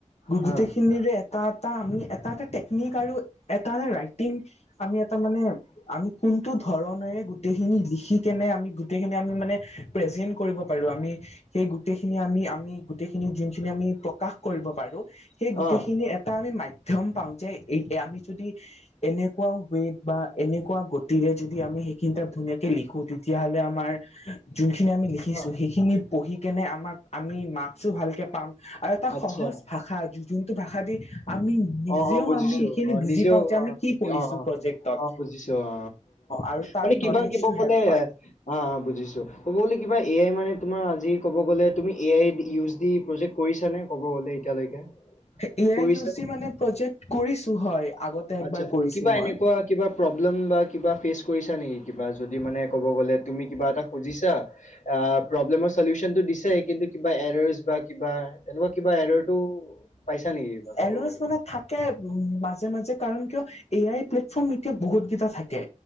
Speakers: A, on the left; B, on the left.
A: হা
B: গোটেইখিনিৰে এটা এটা আমি এটা এটা আৰু এটা ৰাইটিং আমি এটা মানে আমি কোনটো ধৰণৰে গোটেইখিনি ম লিখি কেনে আমি গোটেইখিনি আমিমানে প্ৰজেন কৰিব পাৰো আমি সেই গোটেইখিনি আমি আমি গো। যখিনি আমি প্ৰকাশ কৰিব পাৰো সেই গেইিনি
A: অ
B: এটা আমি ম ম পাওঁ যে এই আমি যদি এনেকুৱাও ৱে বা এনেকুৱা গতিৰে যদি আমি সেইখিনি তাত ধুনীয়াকে লিখো তেতিয়াহলে আমাৰ যোনখিনি আমি লিখিছো
A: অ
B: সেইখিনি পঢ়ি কেনে আমাক আমি মাৰ্কচো ভালকে পাম। আৰু এটা
A: আচ্ছা
B: সহজ ভাষা যোনটো ভাষা দি আমি নিজেও
A: অ অ বুজিছো
B: আমি সেইখিনি
A: অ
B: বুজি
A: নিজেও
B: পাওঁ যে
A: আহ
B: আমি কি কৰিছো
A: অ অ
B: প্ৰজেক্টত
A: অ অ বুজিছো অ।
B: আৰু তাৰ
A: মানে কিবা
B: নলেজটো
A: কিব ক'লে
B: হেল্প হয়
A: অ বুজিছো ক'ব গলে কিবা এয়াই মানে। তোমাৰ আজি ক'ব গ'লে তুমি A I use D project কৰিছা নে ক'ব। গ'লে এতিয়ালৈকে
B: এ
A: কৰিছা
B: আই ইউ চি মানে প্ৰজেক্ট কৰিছো হয়। আগতে একবাৰ
A: আচ্ছা
B: কৰিছো
A: কিবা
B: মই
A: এনেকুৱা কিবা প্ৰব্লেম বা। কিবা ফেচ কৰিছা নেকি কিবা যদি মানে কব গলে তুমি কিবা এটা খুজিছা আ প্ৰবলেমৰ। চলিউচনটো দিছে কিন্তু কিবা এৰাৰছ বা কিবা তেনেকুৱা কিবা এৰৰটো। পাইছা নেকি কিবা ক'ব
B: এৰছ
A: গ'লে
B: মানে থাকে উ মাজে মাজে কাৰন কিয় এ আই প্লেটফৰ্ম এতিয়া বহুত কেইটা থাকে।